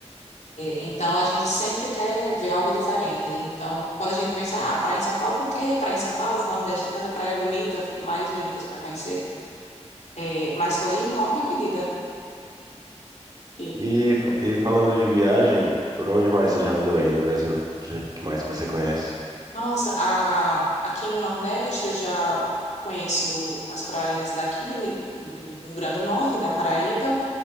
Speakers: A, on the left; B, on the right.
A: Então, a gente sempre quer ver algo diferente. Então, quando a gente pensa, ah, praia em São Paulo, por que praia em São Paulo? No Nordeste tem tanta praia bonita, mais bonitas para conhecer. É, mas foi uma ótima pedida. E,
B: E, fa- e falando de viagem, por onde mais você já andou aí no Brasil? Que, que mais que você conhece?
A: nossa, a- aqui no Nordeste eu já conheço as praias daqui, do Rio Grande do Norte, da Paraíba,